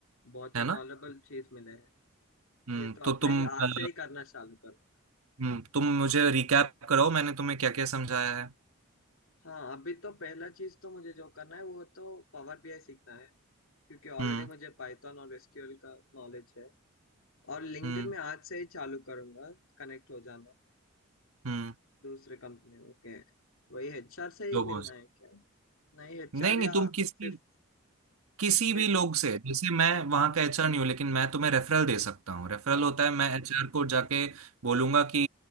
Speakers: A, on the left (about 70°); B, on the right (about 80°).
A: बहुत ही
B: है
A: नॉलेबल
B: ना
A: चीज मिले है
B: हम्म
A: ये तो
B: तो
A: अप्लाई
B: तुम अ,
A: आज से ही करना चालू करूंगा
B: हम्म तुम मुझे रिकैप कराओ मैंने तुम्हें क्या क्या समझाया है
A: हाँ अभी तो पहला चीज तो मुझे जो करना है वो तो पावर बीआई सीखना है क्योंकि ऑलरेडी
B: हम्म
A: मुझे पाइथन और एसक्यूएल का नॉलेज है और लिंक्डइन
B: हम्म
A: में आज से ही चालू करूंगा कनेक्ट हो जाना
B: हम्म
A: दूसरे कंपनी ओके वही एचआर से ही
B: लोगों
A: मिलना
B: से
A: है क्या नहीं एचआर
B: नहीं नहीं
A: या
B: तुम किसकी
A: सिर्फ
B: किसी
A: कोई
B: भी
A: भी
B: लोग से जैसे मैं
A: company?
B: वहाँ का एचआर नहीं हूँ लेकिन मैं तुम्हें रेफरल दे सकता हूँ रेफरल
A: हाँ
B: होता है मैं एचआर को जाके बोलूंगा कि